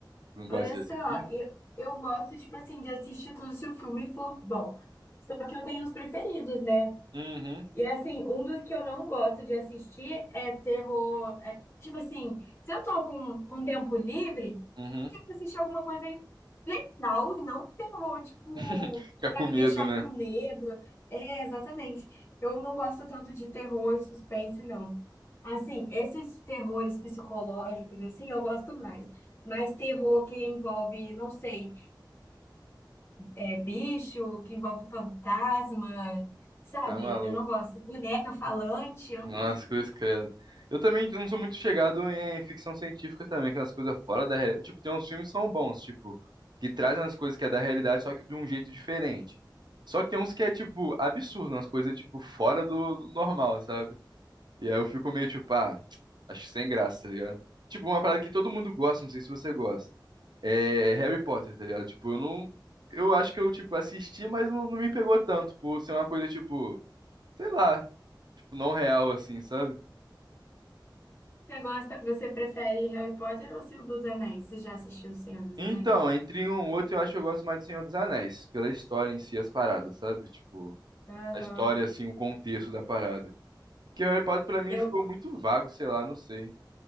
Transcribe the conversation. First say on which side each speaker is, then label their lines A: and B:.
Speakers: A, on the right (about 60°); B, on the left (about 30°).
A: não gosta
B: olha
A: de
B: só,
A: assistir?
B: eu, eu gosto, tipo assim, de assistir tudo se o filme for bom. Só que eu tenho os preferidos, né?
A: Uhum,
B: E assim, um dos que eu não gosto de assistir é terror. é, tipo assim, se eu tô com, com tempo livre.
A: uhum.
B: quero assistir alguma coisa legal e não terror, tipo,
A: <laughs> Fica
B: pra
A: com
B: me
A: medo,
B: deixar
A: né?
B: com medo. É, exatamente. Eu não gosto tanto de terror e suspense, não. Assim, esses terrores psicológicos, assim, eu gosto mais. Mas terror que envolve, não sei, é, bicho, que envolve fantasma, sabe?
A: Tá maluco.
B: Eu não gosto. Boneca falante, eu
A: Nossa,
B: não gosto.
A: cruz
B: dessas
A: credo.
B: coisas.
A: Eu também não sou muito chegado em ficção científica também, aquelas coisas fora da realidade. Tipo, tem uns filmes que são bons, tipo, que trazem as coisas que é da realidade, só que de um jeito diferente. Só que tem uns que é, tipo, absurdo, umas coisas, tipo, fora do, do normal, sabe? E aí eu fico meio, tipo, ah, <tsk> acho que sem graça, tá ligado? Tipo, uma parada que todo mundo gosta, não sei se você gosta. É Harry Potter, tá ligado? Tipo, eu não. Eu acho que eu, tipo, assisti, mas não, não me pegou tanto, por ser uma coisa, tipo, sei lá, tipo, não real, assim, sabe?
B: Você gosta, você prefere Harry Potter ou Senhor dos Anéis? Você já assistiu o Senhor dos
A: Então,
B: Anéis?
A: entre um e outro, eu acho que eu gosto mais do Senhor dos Anéis, pela história em si, as paradas, sabe? Tipo,
B: Aham.
A: a história, assim, o contexto da parada. Porque Harry Potter, pra mim,
B: Eu,
A: ficou muito vago, sei lá, não sei.